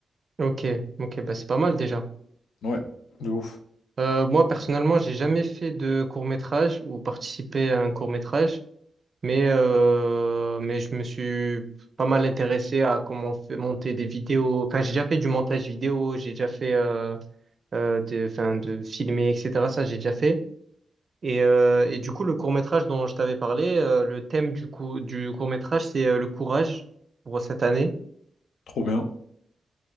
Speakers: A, on the right; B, on the left.
A: Ok, ok, bah c'est pas mal déjà.
B: Ouais, de ouf.
A: Euh, moi personnellement, j'ai jamais fait de court-métrage ou participé à un court-métrage, mais euh, mais je me suis pas mal intéressé à comment on fait monter des vidéos. Enfin, j'ai déjà fait du montage vidéo, j'ai déjà fait euh, euh, de, enfin, de filmer, etc. Ça, j'ai déjà fait. Et, euh, et du coup, le court-métrage dont je t'avais parlé, euh, le thème du coup, du court-métrage, c'est euh, le courage pour cette année.
B: Trop bien.